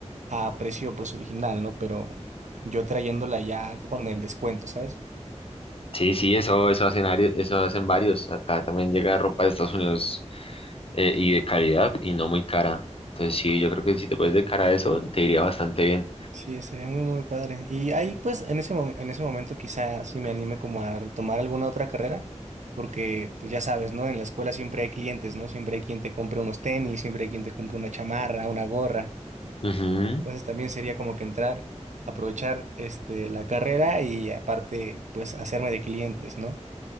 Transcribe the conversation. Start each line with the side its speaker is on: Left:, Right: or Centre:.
Right: a precio, pues, original, ¿no? Pero yo trayéndola ya con el descuento, ¿sabes?
Left: Sí, sí, eso, eso hacen, ari- eso hacen varios. Acá también llega ropa de Estados Unidos eh, y de calidad y no muy cara. Entonces sí, yo creo que si te puedes dedicar a eso, te iría bastante bien.
Right: Sí, sería muy, muy padre. Y ahí, pues, en ese, mom- en ese momento quizá sí me anime como a tomar alguna otra carrera, porque, pues, ya sabes, ¿no? En la escuela siempre hay clientes, ¿no? Siempre hay quien te compre unos tenis, siempre hay quien te compre una chamarra, una gorra.
Left: Ujú,
Right: Entonces también sería como que entrar, aprovechar, este, la carrera y aparte, pues, hacerme de clientes, ¿no?